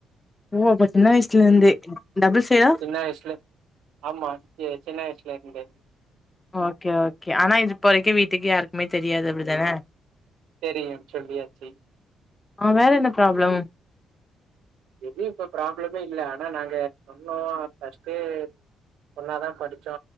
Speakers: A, on the left; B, on the right.
A: ஓ அப்ப சின்ன வயசுல இருந்தே டபுள் சைடா
B: சின்ன வயசுலே ஆமா சி சின்ன வயசுல இருந்தே
A: ஓகே ஓகே ஆனா இது இப்ப வரைக்கு வீட்டுக்கு யாருக்குமே தெரியாது அப்டிதானே
B: தெரியு சொல்லியாச்சு
A: ஆ வேற என்ன ப்ராப்ளம்
B: எது இப்ப ப்ராப்ளமே இல்ல ஆனா நாங்க சொன்னோ ஃபஸ்ட்டு ஒன்னாதா படிச்சோ